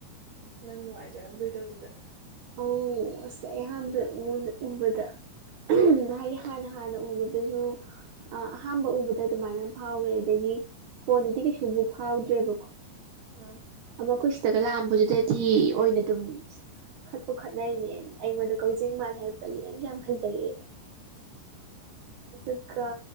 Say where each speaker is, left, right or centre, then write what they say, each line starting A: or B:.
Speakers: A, on the right (about 50°); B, on the right (about 75°).
A: ꯑꯁ ꯅꯪ ꯅꯨꯡꯉꯥꯏꯖꯔꯝꯗꯣꯏꯗꯣ ꯑꯗꯨꯗ
B: ꯑ ꯑꯁ ꯑꯍꯥꯟꯕꯗ ꯎꯕꯗ ꯍꯥꯏꯗꯤ ꯍꯥꯟꯅ ꯍꯥꯟꯅ ꯎꯕꯗꯁꯨ ꯑꯍꯥꯝꯕ ꯎꯕꯗ ꯑꯗꯨꯃꯥꯏꯅ ꯐꯥꯎꯈ꯭ꯔꯦ ꯑꯗꯒꯤ ꯀꯣꯟꯅꯗꯤ ꯀꯩꯁꯨꯕꯨ ꯐꯥꯎꯗ꯭ꯔꯦꯕꯀꯣ
A: ꯑꯣ
B: ꯃꯈꯣꯏ ꯁꯤꯗꯒ ꯂꯥꯛꯑꯝꯕꯗꯨꯗꯗꯤ ꯑꯣꯏꯅ ꯑꯗꯨꯝ ꯈꯠꯄꯨ ꯈꯠꯅꯩꯅꯦ ꯑꯩꯉꯣꯟꯗ ꯀꯛꯖꯤꯡ ꯃꯥꯜ ꯍꯥꯏꯔꯛꯄꯒꯤ ꯅꯪ ꯌꯥꯝ ꯐꯖꯔꯛꯑꯦ ꯑꯗꯨꯒ